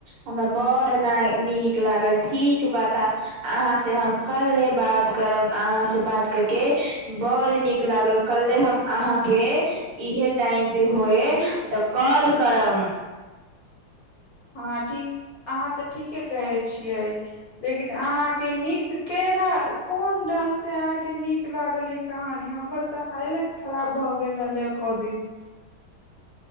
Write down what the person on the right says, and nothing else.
हमरा बड़ ने नीक लागल ठीक बात अहाँ से हम कल्े बात करब अहाँ से बात करके बड़ नीक लागल कल्हे हम अहाँके इहे टाइम पे होए तऽ कल करम